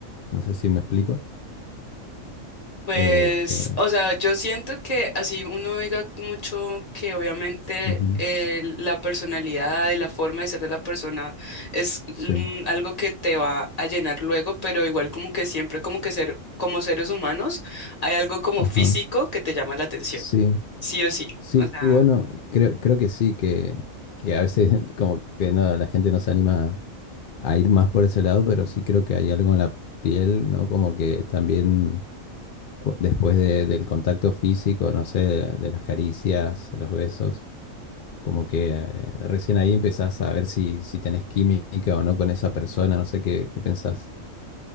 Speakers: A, on the left (about 65°); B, on the left (about 30°).
A: No sé si me explico.
B: Pues,
A: Eh, eh,
B: o sea, yo siento que así uno diga mucho que obviamente
A: ujú,
B: el- la personalidad y la forma de ser de la persona es
A: sí,
B: mm, algo que te va a llenar luego, pero igual como que siempre como que ser, como seres humanos, hay algo como
A: ajá,
B: físico que te llama la atención,
A: sí.
B: sí o sí.
A: Sí,
B: O sea,
A: bueno, creo, creo que sí, que, que a veces <laughs> como que no, la gente no se anima a ir más por ese lado, pero sí creo que hay algo en la piel, ¿no? Como que también cu- después de- del contacto físico, no sé, de, de las caricias, de los besos, como que eh, recién ahí empezás a ver si, si tenés química o no con esa persona, no sé qué, qué pensás.